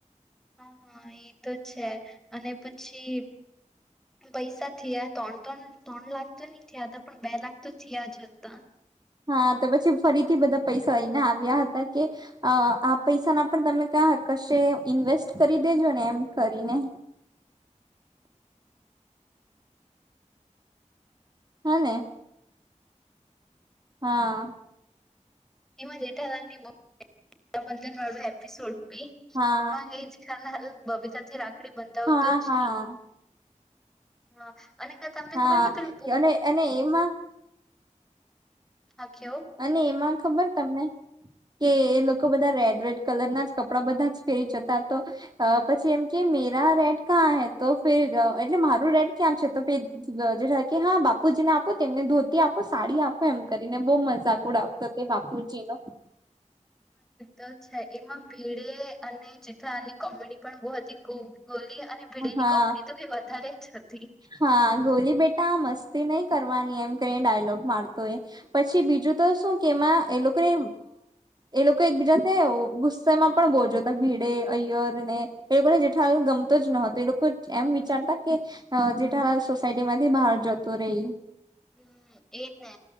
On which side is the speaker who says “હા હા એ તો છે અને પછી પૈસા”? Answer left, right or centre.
Centre